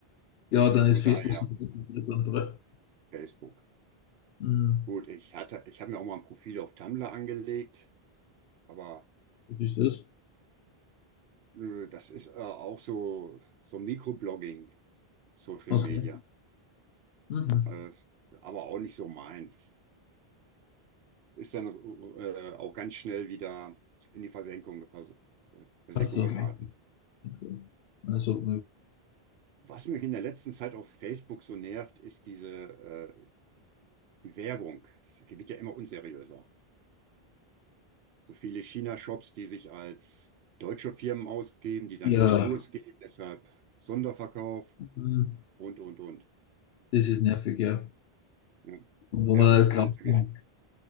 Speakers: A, on the left; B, on the right.
A: ja, dann
B: Und
A: ist Facebook
B: daher
A: sicher das Interessantere.
B: Facebook.
A: Hm,
B: Gut, ich hatte, ich habe mir auch mal ein Profil auf Tumblr angelegt, aber
A: was ist das?
B: äh, das ist äh, auch so, so Mikroblogging, Social
A: Okay.
B: Media.
A: Mhm.
B: Das- aber auch nicht so meins. Ist dann äh, auch ganz schnell wieder in die Versenkung, Vers Versenkung
A: Ach so.
B: geraten.
A: Okay. Also
B: Was mich in der letzten Zeit auf Facebook so nervt, ist diese äh, die Werbung. Das wird ja immer unseriöser. So viele China-Shops, die sich als deutsche Firmen ausgeben, die dann
A: Ja,
B: in Konkurs gehen, deshalb Sonderverkauf
A: hm,
B: und, und, und.
A: das ist nervig, ja.
B: Ja,
A: Und wo
B: ja
A: man
B: und
A: alles
B: das
A: drauf
B: ganze,
A: kommt.
B: Ge-